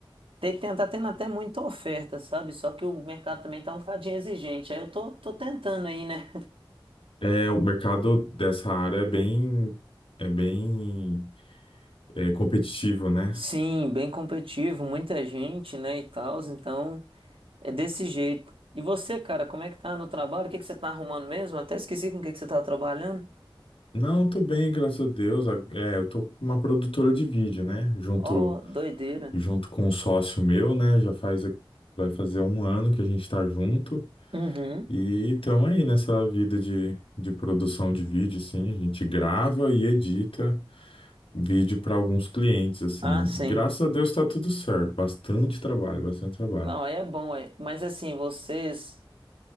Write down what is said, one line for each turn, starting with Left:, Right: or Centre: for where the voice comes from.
Right: Tem, tem, tá tendo até muita oferta, sabe? Só que o mercado também tá um bocadinho exigente. Aí eu tô, tô tentando aí, né?
Left: É, o mercado dessa área é bem, é bem, é, competitivo, né?
Right: Sim, bem competitivo, muita gente, né, e tal. Então, é desse jeito. E você, cara, como é que tá no trabalho? O que que você tá arrumando mesmo? Até esqueci com o que que você tava trabalhando.
Left: Não, tô bem, graças a Deus. É, eu tô com uma produtora de vídeo, né? Junto,
Right: Ó, doideira.
Left: junto com um sócio meu, né? Já faz, vai fazer um ano que a gente tá junto.
Right: Uhum.
Left: E estamos aí nessa vida de, de produção de vídeo, assim. A gente grava e edita vídeo para alguns clientes, assim.
Right: Ah, sim.
Left: Graças a Deus tá tudo certo. Bastante trabalho, bastante trabalho.
Right: Não, aí é bom, é. Mas assim, vocês